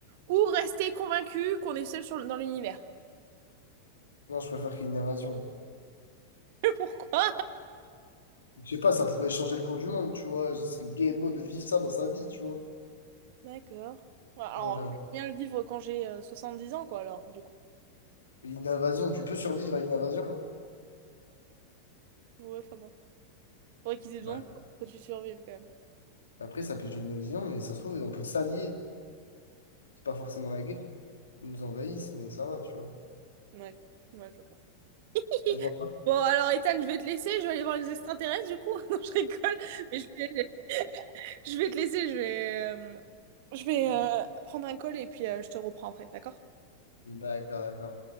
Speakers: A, on the right; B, on the left.
A: ou rester convaincu qu'on est seul sur... dans l'univers?
B: Non, je préfère qu'il y ait une invasion.
A: <laughs> Pourquoi?
B: Je sais pas, ça pourrait changer le cours du monde, tu vois. Genre, ce serait gay beau de vivre ça dans sa vie, tu vois.
A: D'accord. Ouais, Alors,
B: Moi, j'aimerais.
A: je vais bien le vivre quand j'ai euh, dix ans, quoi, alors, du coup.
B: Une invasion, tu peux survivre à une invasion. hein.
A: Ouais, enfin bon. Faudrait qu'ils aient
B: Bah,
A: besoin de toi pour que tu survives, quand même.
B: après, ça peut être une invasion, mais ça se trouve, on peut s'allier. C'est pas forcément la guerre. Ils nous envahissent, mais ça va, tu vois.
A: Ouais, ouais, je vois. <laughs>
B: Tu vois.
A: Bon, alors Ethan, je vais te laisser, je vais aller voir les extraterrestres du coup. <laughs> Non, je rigole, mais je vais, <laughs> je vais te laisser, je vais, euh, je vais
B: <laughs>
A: euh, prendre un col et puis euh, je te reprends après, d'accord?
B: D'accord, d'accord.